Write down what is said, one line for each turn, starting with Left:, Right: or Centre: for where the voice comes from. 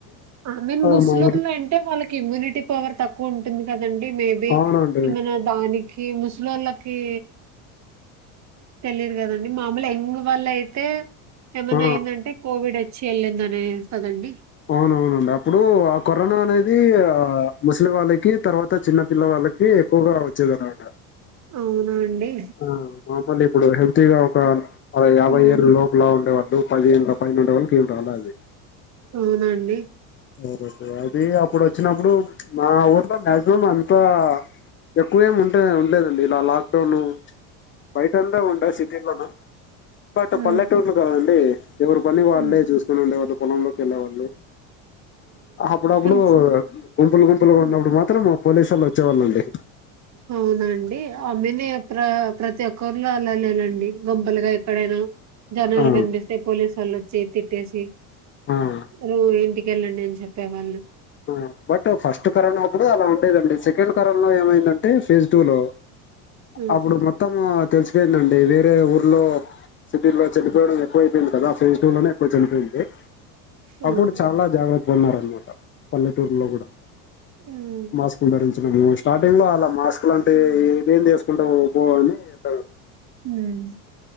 Right: I mean
Left: ఆ
Right: ముసలోల్లు
Left: మామూలు
Right: అంటే వాళ్ళకి ఇమ్యూనిటీ పవర్ తక్కువ ఉంటు ఉంటుంది కదండి మేబి
Left: అవునండి
Right: మన దానికి ముసలోల్లకి తెలియదు కదండి మామూలు ఎంగ్ వాల్ళ అయితే ఏమన్నా
Left: ఆ
Right: అయ్యిందంటే కోవిడే చెల్లేందనే సదండి
Left: అవును అవునండి అప్పుడు ఆ కరోనా అనేది ఆ ముసలి వాళ్ళకి తర్వాత చిన్న పిల్ల వాళ్ళకి ఎక్కువగా వచ్చేది అనమాట
Right: అవునా అండి
Left: ఆ మామూలు ఇప్పుడు హెల్తీగా ఒక అ యాభై
Right: ఉమ్
Left: ఏరు లోపలా ఉండేవాళ్ళు పదిహేను ఉండే వాళ్ళకి ఏమిాలా అది
Right: అవునండి
Left: ఓకే అది అప్పుడు వచ్చినప్పుడు మా ఊర్లో మాక్సిమం అంతా ఎక్కువ ఏమి ఉంటే ఉండేదండి ఇలా లాక్డౌన్ బయట అంతా ఉంటాయి సిటీల్లోన బట్
Right: ఉమ్
Left: పల్లెటూర్లు కదండి ఎవరి పని వాళ్ళే
Right: ఉమ్
Left: చూసుకుని ఉండేవాళ్ళు పొలంలోకి వెళ్ళేవాళ్ళు అప్పుడప్పుడు
Right: మంచి
Left: గుంపులు గుంపులుగా
Right: హ్మ్.
Left: ఉన్నప్పుడు మాత్రము పోలీసోళ్ళు వచ్చేవాళ్ళండి
Right: అవునా అండి ఆమెనే అప్రా ప్రతి ఒక్కరిలో అలా లేలండి గుంపలుగా ఎక్కడైనా జనాలు
Left: ఆ ఆ
Right: కనిపిస్తే పోలిసోళ్ళు చే తిట్టేసి
Left: ఆ
Right: రో ఇంటికెళ్ళండి అని చెప్పేవాళ్ళు
Left: ఆ బట్ ఫస్ట్ కరోనా ఆప్పుడు అలా ఉండేదండి సెకండ్ కరోనా లో ఏమైందంటే ఫేజ్ టూ లో
Right: ఉమ్
Left: అప్పుడు మొత్తం తెలిసిపోయిందండి వేరే ఊర్లో సిటీలో చనిపోయాడని ఎక్కువైపోయింది కదా ఆ ఫేజ్ టూ లోనే ఎక్కువ చనిపోయింది
Right: ఉమ్
Left: అప్పుడు చాలా జాగ్రత్తగా ఉన్నారు పల్లెటూరులో కూడా
Right: ఉమ్
Left: మాస్క్ ధరించడం స్టార్టింగ్ లో అలా మాస్క్ అట్లా అంటి
Right: ఉమ్
Left: ఇదేం ఏసుకుంటావ్ పో అని అనే
Right: ఉమ్ ఉమ్